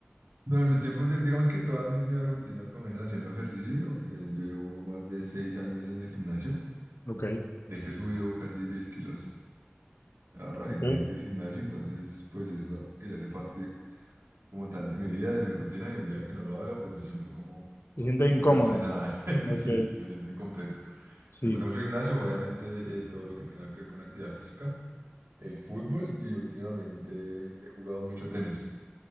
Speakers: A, on the right; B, on the left.
A: No, en mis tiempos, di- digamos que todas mis, mis rutinas comienzan haciendo ejercicio. eh, yo llevo más de seis años en el gimnasio.
B: Ok,
A: De hecho, he subido casi 10 kilos a raíz
B: ok.
A: de- del gimnasio, entonces pues eso que ya hace parte como tal de mi vida, de mi rutina y el día que no lo haga pues me siento como,
B: ¿Te sientes
A: como
B: incómodo?
A: que no hice nada, <laughs>
B: Ok,
A: sí, me siento incompleto.
B: sí.
A: Me gusta mucho el gimnasio, obviamente eh, todo lo que tenga que ver con actividad física, el fútbol y últimamente he jugado mucho tenis.